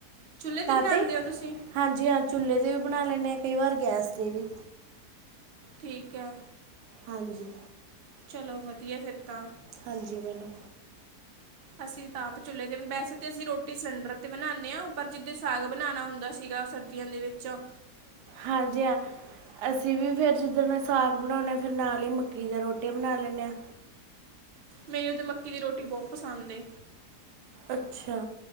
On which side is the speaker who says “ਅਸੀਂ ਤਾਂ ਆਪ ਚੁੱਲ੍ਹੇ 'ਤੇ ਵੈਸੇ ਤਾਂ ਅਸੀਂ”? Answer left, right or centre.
Right